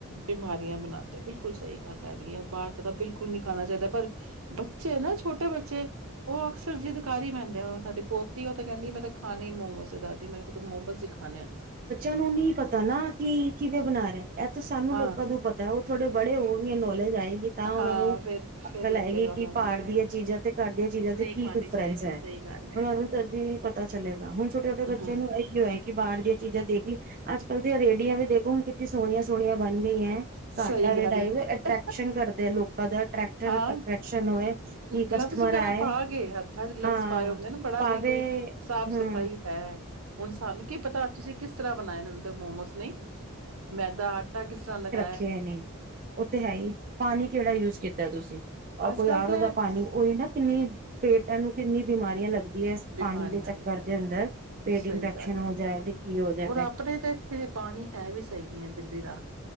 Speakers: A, on the right; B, on the right.
A: ਬਿਮਾਰੀਆਂ ਬਣਾਉਂਦਾ ਬਿਲਕੁਲ ਸਹੀ ਗੱਲ ਹੈਗੀ ਹੈ ਬਾਹਰ ਤਾਂ ਬਿਲਕੁਲ ਨੀ ਖਾਣਾ ਚਾਹੀਦਾ ਪਰ ਬੱਚੇ ਨਾ ਛੋਟੇ ਬੱਚੇ ਉਹ ਅਕਸਰ ਜਿਦ ਕਰੀ ਪੈਂਦੇ ਆ ਸਾਡੀ ਪੋਤੀ ਉਹ ਤਾਂ ਕਹਿੰਦੀ ਮੇਰਾ ਖਾਣੇ ਹੀ ਮੋਮੋਸ ਹੈ ਦਾਦੀ ਮੇਰੇ ਕੋਲ ਮੋਮੋਸ ਹੀ ਖਾਣੇ ਹੈ।
B: ਉਹਨੂੰ ਨੀ ਪਤਾ ਨਾ ਕਿ ਕਿਵੇਂ ਬਣਾ ਰਹੇ। ਇਹ ਤਾਂ ਸਾਨੂੰ
A: ਹਾਂ,
B: ਲੋਕਾਂ ਨੂੰ ਪਤਾ ਉਹ ਥੋਡੇ ਬੜੇ ਹੋ ਕੇ ਨੌਲੇਜ ਆਏਗੀ ਤਾਂ ਉਹਨਾਂ
A: ਹਾਂ
B: ਨੂੰ
A: ਫਿਰ, ਫਿਰ
B: ਅਕਲ
A: ਲੱਗੇਗਾ
B: ਆਏਗੀ
A: ਉਹਨਾਂ
B: ਕਿ
A: ਨੂੰ
B: ਬਾਰ ਦੀਆਂ ਚੀਜ਼ਾਂ ਤੇ ਘਰ ਦੀਆਂ ਚੀਜ਼ਾਂ ਤੇ
A: ਨਹੀਂ
B: ਕੀ
A: ਖਾਣੀ
B: ਡਿਫਰੈਂਸ
A: ਚਾਹੀਦੀ
B: ਹੈ
A: ਸਹੀ ਗੱਲ ਹੈ।
B: ਉਹਨਾਂ ਨੂੰ ਤਦ ਈ ਪਤਾ ਚਲੇਗਾ ਹੁਣ ਛੋਟੇ ਛੋਟੇ ਬੱਚਿਆਂ
A: ਹਾਂ
B: ਨੂੰ ਇਹੀਓ ਹੈ ਕਿ ਬਾਹਰ ਦੀਆਂ ਚੀਜ਼ਾਂ ਦੇਖ ਲਈ। ਅੱਜ ਕਲ੍ਹ ਤੇ ਰੇਰੀਆਂ ਵੀ ਦੇਖੋ ਹੁਣ ਕਿ ਸੋਹਣੀਆਂ ਸੋਹਣੀਆਂ ਬਣ ਗਈਆਂ
A: ਸਹੀ
B: ਘਾਟਾ ਦੇ
A: ਗੱਲ
B: ਡਾਈਵ ਅਟਰ੍ਰੈਕਸ਼ਨ
A: ਹੈ
B: ਕਰਦੇ ਆ ਲੋਕਾਂ ਦਾ ਟਰੈਕਸ਼ਨ
A: ਹਾਂ
B: ਐਟਕਸ਼ਨ ਹੋਵੇ ਕੀ
A: ਗਲਵਸ
B: ਕਸਟਮਰ
A: ਵਗੈਰਾ
B: ਆਏ,
A: ਪਾ ਕੇ ਹੱਥਾਂ ਚ ਗਲਵਸ
B: ਹਾਂ
A: ਪਾਏ ਹੁੰਦੇ ਨਾ ਬੜਾ
B: ਭਾਵੇ
A: ਬਈ ਕੋਈ ਸਾਫ਼
B: ਹੂੰ।
A: ਸਫ਼ਾਈ ਹੈ ਹੁਣ ਸਾਨੂੰ ਕੀ ਪਤਾ ਤੁਸੀਂ ਕਿਸ ਤਰ੍ਹਾਂ ਬਣਾਇਆ ਇਹਨਾ ਨ ਮੋਮੋਸ ਨਹੀਂ ਮੈਦਾ ਆਟਾ ਕਿਸ ਤਰ੍ਹਾਂ ਲਗ
B: ਖੇ ਨੇ ਉਹ ਤੇ ਹੈ ਹੀ ਪਾਣੀ ਕਿਹੜਾ ਯੂਜ ਕੀਤਾ ਤੁਸੀਂ ਉਹ
A: ਅੱਜ
B: ਕੋਈ
A: ਕੱਲ੍ਹ
B: ਆਰੋ
A: ਤੇ
B: ਦਾ
A: ਇਹ
B: ਪਾਣੀ ਉਹੀ ਨਾ ਕਿੰਨੀ ਪੇਟਾਂ ਨੂੰ ਕਿੰਨੀ ਬਿਮਾਰੀਆਂ ਲੱਗਦੀ ਯੈੱਸ
A: ਬਿਮਾਰੀਆਂ
B: ਪਾਣੀ ਦੇ ਚੱਕਰ
A: ਨੇ
B: ਦੇ ਅੰਦਰ ਪੇਟ
A: ਸਹੀ
B: ਇਨਫੈਕਸ਼ਨ
A: ਗੱਲ ਹੈ
B: ਹੋ ਜਾਏ ਤੇ ਕੀ ਹੋ ਜਾਵੇ।
A: ਔਰ ਆਪਣੇ ਤਾਂ ਇੱਥੇ ਪਾਣੀ ਹੈ ਵੀ ਸਹੀ ਨੀ ਹੈ ਦਿੱਲੀ ਦਾ